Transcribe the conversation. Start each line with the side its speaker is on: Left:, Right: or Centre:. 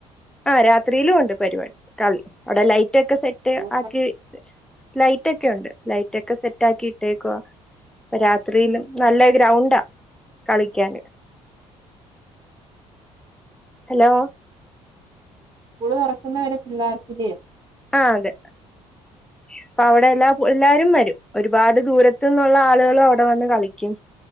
Centre: ആ രാത്രിയിലും ഉണ്ട് പരിപാടി കളി അയുടെ ലൈ റ്റൊക്കെ സെറ്റ്
Right: ടൂർണമെന്റ്
Centre: ആക്കി ലൈറ്റെക്കൊയുണ്ട് ലൈറ്റെക്കെ സെറ്റ് ആക്കി ഇട്ടെക്കുവാ അപ്പ രാത്രിയിലും നല്ല ഗ്രൗണ്ടാ കളിക്കാന് ഹലോ
Right: സ്കൂൾ തൊറക്കുന്നെ വെരെ പിള്ളാർക്കില്ലെ
Centre: ആ അതെ അപ്പ അവിടെ എല്ലാ എല്ലാരും വെരും ഒരുപാട് ദൂരത്ത് നിന്നുള്ള ആളുകൾ അവിടെ വന്ന് കളിക്കും